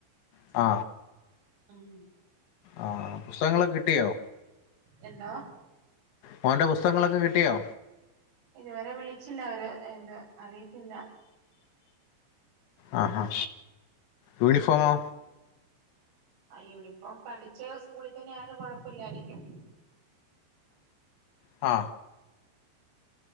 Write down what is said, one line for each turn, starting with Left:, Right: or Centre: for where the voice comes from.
Left: ആ
Right: മ്മ്
Left: ആ പുസ്തകങ്ങളൊക്കെ കിട്ടിയോ?
Right: എന്താ
Left: മോൻ്റെ പുസ്തകങ്ങളൊക്കെ കിട്ടിയോ
Right: ഇതുവരെ വിളിച്ചില്ല അവര് എന്ത് അറിയത്തില്ല
Left: ആ ഹാ യൂണിഫോമോ?
Right: ആ യൂണിഫോം പഠിച്ചെ സ്കൂളിൽ തന്നെ ആയോണ്ട് കോഴപ്പല്ലായിരിക്കും
Left: ആ